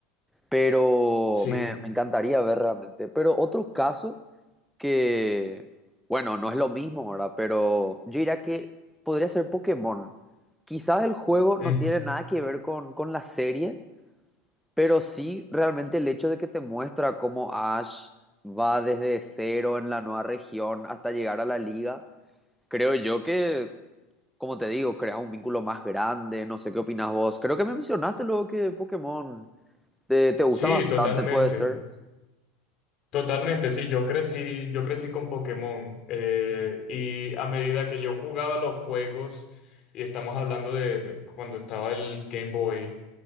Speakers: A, in the centre; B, on the left.
A: Pero
B: sí,
A: me, me encantaría ver realmente. Pero otro caso que, bueno, no es lo mismo, ¿verdad? Pero yo diría que podría ser Pokémon. Quizás el juego
B: ujú.
A: no tiene nada que ver con, con la serie, pero sí realmente el hecho de que te muestra cómo Ash va desde cero en la nueva región hasta llegar a la liga. Creo yo que, como te digo, creas un vínculo más grande. No sé qué opinas vos. Creo que me mencionaste luego que Pokémon te, te gusta
B: Sí,
A: bastante,
B: totalmente.
A: puede ser.
B: Totalmente, sí, yo crecí, yo crecí con Pokémon eh, y a medida que yo jugaba los juegos, y estamos hablando de, de cuando estaba el Game Boy,